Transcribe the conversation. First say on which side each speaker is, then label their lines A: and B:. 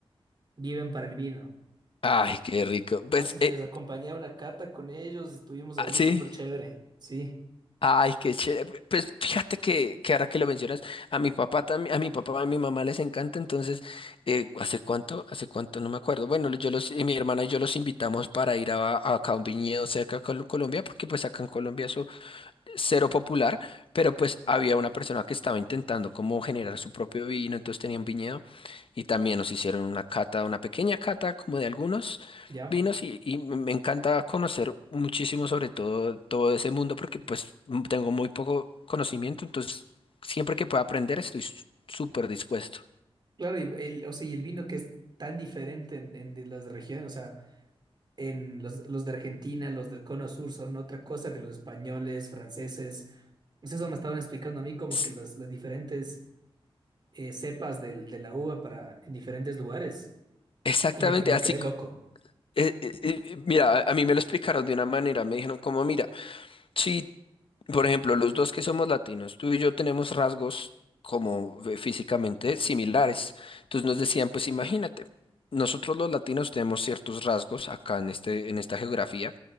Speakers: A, on the right; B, on the left.
A: viven para el vino.
B: Ay, qué rico.
A: Entonces
B: Pues, eh,
A: les acompañé a una cata con ellos estuvimos
B: Ah,
A: ahí
B: sí.
A: súper chévere. Sí,
B: Ay, qué chévere. Pues fíjate que, que ahora que lo mencionas, a mi papá también, a mi papá, a mi mamá les encanta, entonces, eh, ¿hace cuánto? ¿Hace cuánto? No me acuerdo. Bueno, yo los, eh, mi hermana y yo los invitamos para ir a, a acá a un viñedo cerca de Col- Colombia, porque pues acá en Colombia eso cero popular, pero pues había una persona que estaba intentando como generar su propio vino, entonces tenían viñedo y también nos hicieron una cata, una pequeña cata como de algunos
A: ¿Ya?
B: vinos y, y me encanta conocer muchísimo sobre todo todo ese mundo porque pues m- tengo muy poco conocimiento, entonces siempre que pueda aprender estoy s- súper dispuesto.
A: claro, y el, o sea, y el vino que es tan diferente en, en de las regiones, o sea. en los, los de Argentina, los del Cono Sur son otra cosa que los españoles, franceses. Pues Eso me estaban explicando a mí como
B: S-
A: que las, las diferentes eh, cepas del- de la uva para en diferentes lugares.
B: Exactamente,
A: Y me, que- me
B: así,
A: quedé loco,
B: co- eh, eh, eh, mira, a a mí me lo explicaron de una manera, me dijeron como, mira, si Por ejemplo, los dos que somos latinos, tú y yo tenemos rasgos como eh, físicamente similares. Entonces nos decían, pues imagínate, nosotros los latinos tenemos ciertos rasgos acá en este, en esta geografía.